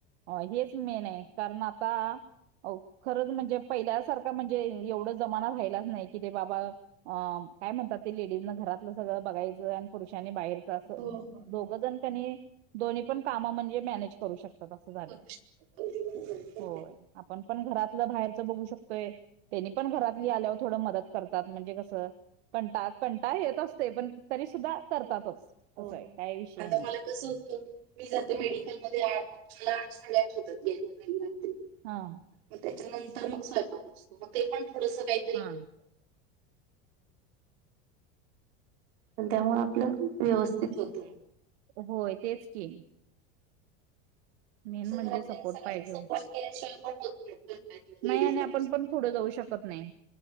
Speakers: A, on the right; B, on the right.
A: अ हेच मेन आहे कारण आता. अ खरंच म्हणजे पहिल्यासारखा म्हणजे एवढ जमाना राहिलाच नाही कि ते बाबा. अ काय म्हणतात ते लेडीजन घरातलं सगळं बघायचं आणि पुरुषांनी बाहेरचं असं.
B: हो हो
A: दोघजण त्यांनी दोन्ही पण काम म्हणजे मॅनेज करू शकत. तात अस झाल
B: करू शकतो अगदी बरोबर
A: होय
B: आहे.
A: आपण पण घरातलं बाहेरच बघू शकतोय. त्यांनी पण घरातली आल्यावर थोडं मदत करतात म्हणजे कसं कंटा-कंटाळा येत असतेय पण तरी सुद्धा करतातच
B: येत असत हो
A: असं आहे. काही विषय
B: आता
A: नाही
B: मला कसं हो मी जाते मेडिकलमध्ये आठ, आठ साडे आठ होतात यायला. <unintelligible>
A: हा!
B: मग त्याच्यानंतर मग स्वयपाक असतो मग ते पण थोडस काही.
A: हा!
B: अन् त्यामुळ आपल व्यवस्थित होत.
A: होय तेच की.
B: अस
A: मेन म्हणजे
B: घरातल्यानी
A: सपोर्ट
B: सगळ्यांनी
A: पाहिजे
B: सपोर्ट केल्याशिवाय पण होत नाही. करतात लेडीजला
A: नाही आणि आपण पण पुढ जाऊ शकत नाही.